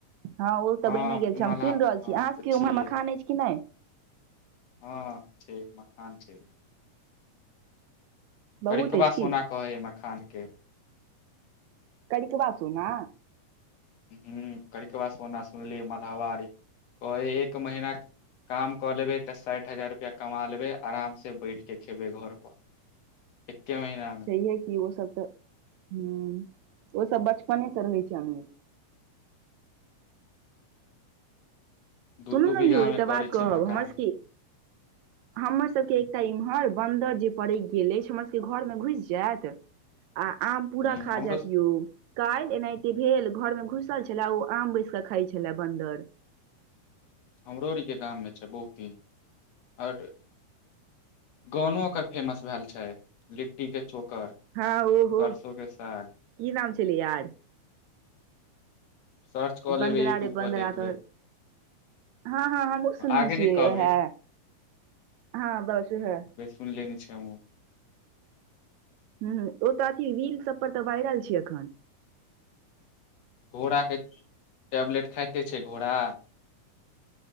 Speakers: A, on the right (about 80°); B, on the left (about 65°).
A: हँ ओ तऽ
B: हँ
A: बने गेल छै
B: मलाह
A: हम सुनि रहल
B: हँ
A: छी अहाँ
B: तऽ
A: सब
B: छियै
A: उम्हर मखान अछि कि नहि
B: हँ छै मकान छै
A: बहुत
B: करिकबा
A: अछि
B: सोना
A: की
B: कहै हए मखान के
A: करिकबा सोना
B: हूँ करिकबा सोना सुनली मलहावा आरी कहय हए एक महीना काम कऽ लेबै तऽ साठि हजार रुपैआ कमा लेबै आरामसँ बैठके खेबय घरपर एके महिना
A: कियेकि ओ सब तऽ हम्म ओ सब बचपने स रहै छै अमिर
B: दू
A: सुनू
B: दू
A: ने
B: बीघा
A: यौ एकटा
B: मे करै
A: बात कहब
B: छै मकान
A: हमर सब की हमर सबके एकटा इम्हर बन्दर जे पड़कि गेल अछि हमर सबके घरमे घुसि जायत आ आम पूरा
B: हूँ
A: खा
B: हमरो
A: जायत यौ काल्हि एनाहिते भेल घरमे घुसल छलए ओ आम बैस क खाइत छले बन्दर
B: हमरो आरि के गाममे छै बहुते आओर गानो ओकर फेमस भेल छै लिट्टीके चोकर
A: हँ ओहो
B: सरसो के साग
A: की नाम छलै यार
B: सर्च कऽ लेबै
A: बन्दरा
B: यूट्यूब
A: रे
B: पर
A: बन्दरा
B: देखबै
A: तोहर हँ हँ हमहुं सुनने
B: आगे
A: छियै
B: नहि कहबै
A: वैहै हँ बस वैहै
B: सुन लेने छी हमहुं
A: हं ओ तऽ अथी रील सब पर तऽ वायरल छै एखन
B: घोड़ाके टेबलेट खाइते छै घोड़ा